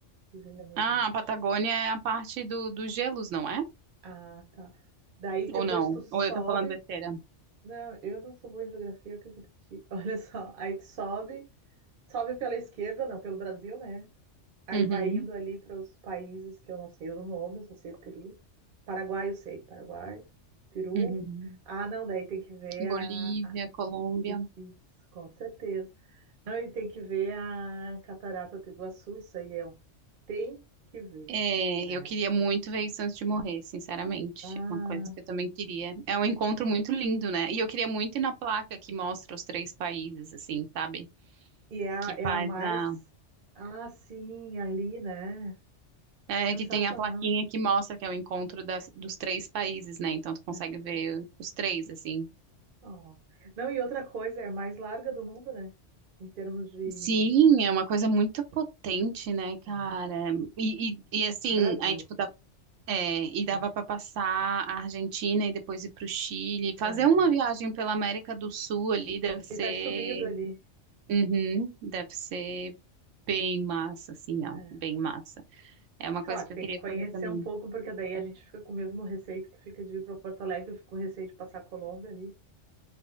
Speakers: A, on the right; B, on the right.
A: Que veio à minha
B: Ah,
A: mente.
B: a Patagônia é a parte do, dos gelos, não é?
A: Ah, tá. Daí depois
B: Ou não?
A: tu sobe.
B: Ou eu tô falando besteira?
A: Não, eu não sou boa em geografia, acredito em ti. <laughs> Olha só, aí tu sobe. Sobe pela esquerda, não, pelo Brasil, né? Aí
B: Uhum,
A: vai indo ali para os países que eu não sei o nome, só sei do Peru. Paraguai, eu sei. Paraguai, Peru.
B: uhum.
A: Ah, não, daí tem que ver a.
B: Bolívia,
A: a-
B: Colômbia.
A: isso, com certeza. Não, e tem que ver a Catarata do Iguaçu, isso aí é um. Tem que ver,
B: É,
A: né?
B: eu queria muito ver isso antes de morrer, sinceramente.
A: Ah,
B: É Uma coisa que eu também queria. É um encontro muito lindo, né? E eu queria muito ir na placa que mostra os três países, assim, sabe?
A: e é a,
B: Que
A: é
B: faz
A: a mais.
B: a.
A: Ah, sim, ali, né?
B: É,
A: Sensacional.
B: que tem a plaquinha que mostra que é o encontro das, dos três países, né? Então tu consegue
A: É.
B: ver os três, assim.
A: Ó. Não, e outra coisa, é a mais larga do mundo, né? Em termos de.
B: Sim, é uma coisa muito potente, né, cara?
A: é,
B: E, e, e, assim,
A: Brasil.
B: aí tipo, dá, é, e dava
A: É,
B: para passar a Argentina e depois ir pro Chile. Fazer
A: é.
B: uma viagem pela América do Sul ali deve ser,
A: E vai subindo ali.
B: Uhum, deve ser bem massa, assim,
A: É.
B: ó, bem massa. É uma
A: Claro,
B: coisa que
A: tem
B: eu queria
A: que conhecer
B: fazer também.
A: um pouco, porque daí a gente fica com o mesmo receio que tu fica de ir para Porto Alegre, eu fico com receio de passar a Colômbia ali.